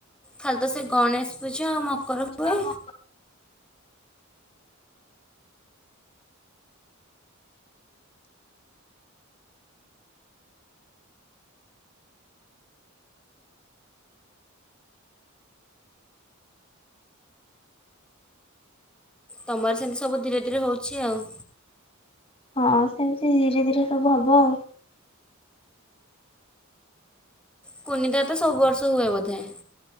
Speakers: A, in the centre; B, on the left.
A: ଖାଲି ତ ସେ ଗଣେଶ ପୂଜା ଆଉ ମକର ହୁଏ
B: <unintelligible>
A: ତମର ସେମିତି ସବୁ ଧୀରେ ଧୀରେ ହଉଛି ଆଉ।
B: ହଁ ସେମିତି ଧୀରେ ଧୀରେ ସବୁ ହବ ଆଉ।
A: ହୁଁ <unintelligible> ରେ ତ ସବୁ ବର୍ଷ ହୁଏ ବୋଧେ।